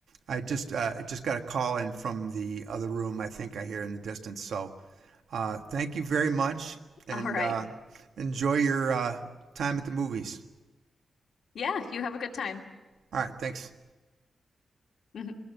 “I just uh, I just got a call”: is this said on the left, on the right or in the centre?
Right